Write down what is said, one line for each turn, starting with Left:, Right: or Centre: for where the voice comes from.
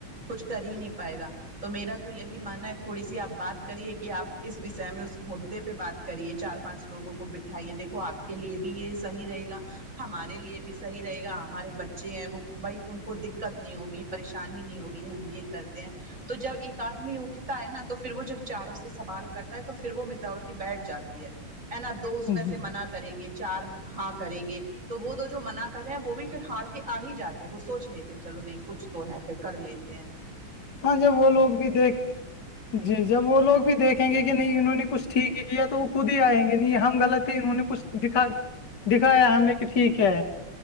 Right: کچھ کر ہی نہیں پائے گا تو میرا تو یہی ماننا ہے تھوڑی سی آپ بات کریے کہ آپ اس وشے میں اس مدے پہ بات کریے چار پانچ لوگوں کو بٹھائیے دیکھو آپ کے لیے بھی یہ صحیح رہے گا ہمارے لیے بھی صحیح رہے گا ہمارے بچے ہیں وہ بھائی ان کو دقت نہیں ہوگی پریشانی نہیں ہوگی بھی ہم یہ کرتے ہیں تو جب ایک آدمی اٹھتا ہے نا تو پھر وہ جب چاروں سے سوال کرتا ہے تو پھر وہ میزورٹی بیٹھ جاتی ہے ہے نا دو اس میں
Left: جی
Right: سے منع کریں گے چار ہاں کریں گے تو وہ تو جو منع کرے ہیں وہ بھی پھر ہار کے آ ہی جاتے ہیں وہ سوچ لیتے ہیں چلو نہیں کچھ تو ہے پھر کر لیتے تے ہے
Left: ہاں جو وہ لوگ بھی دیکھتے جی جب وہ لوگ بھی دیکھیں گے کہ نہیں انہوں نے کچھ ٹھیک ہی کیا تو وہ خود ہی آئیں گے نہیں ہم غلط انہوں نے کچھ دکھا دکھایا ہمیں کہ ٹھیک ہے